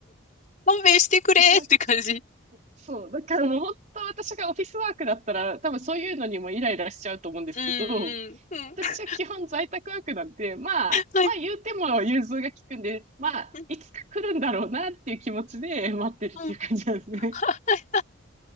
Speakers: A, on the left; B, on the right.
A: 勘弁してくれって感じ。
B: じゃあそう、だからもう本当私がオフィスワークだったら、多分そういうのにもイライラしちゃうと思うんですけど、
A: うん、うん、うん。
B: 私は基本在宅ワークなんで、まあ、
A: はい。
B: まあ言うても融通が利くんで、まあ、
A: うん、
B: いつか来るんだろうなっていう気持ちで待ってるっていう感じなんですね。
A: うん。は